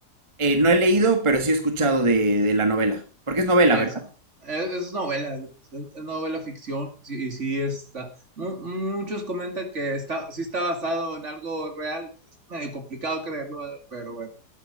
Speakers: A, on the right (about 20°); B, on the right (about 45°).
A: Eh, no he leído, pero sí he escuchado de, de la novela. Porque es novela,
B: Eso,
A: ¿verdad?
B: es, es novela, es, es novela ficción, sí, y sí está. Mu- muchos comentan que está, sí está basado en algo real, es medio complicado creerlo, eh, pero bueno.